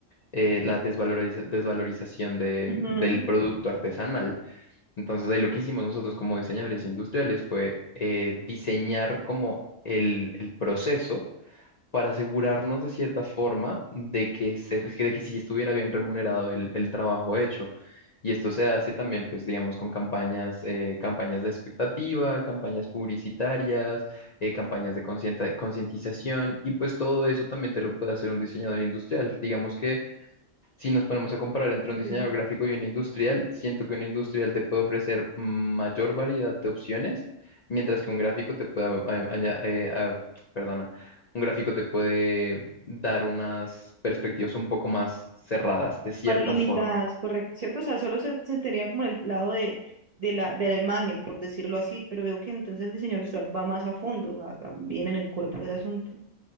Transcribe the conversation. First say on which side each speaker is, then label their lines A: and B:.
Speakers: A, on the left; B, on the right.
A: eh, la desvaloriza- desvalorización de-
B: Ujú,
A: del producto artesanal. Entonces, ahí lo que hicimos nosotros como diseñadores industriales fue eh, diseñar como el el proceso para asegurarnos de cierta forma de que, se, de que sí estuviera bien remunerado el, el trabajo hecho. Y esto se hace también, pues, digamos, con campañas, eh, campañas de expectativa, campañas publicitarias, eh, campañas de concienta- concientización, y pues todo eso también te lo puede hacer un diseñador industrial. Digamos que si nos ponemos a comparar entre un
B: sí.
A: diseñador gráfico y un industrial, siento que un industrial te puede ofrecer mayor variedad de opciones, mientras que un gráfico te puede, a- aña- eh, a- perdona, un gráfico te puede dar unas perspectivas un poco más cerradas, de cierta
B: más limitadas,
A: forma.
B: correcto, ¿cierto? O sea, solo se sentiría como en el lado de, de la, de la imagen, por decirlo así, pero veo que entonces el diseñador visual va más a fondo, o sea, también en el cuerpo del asunto.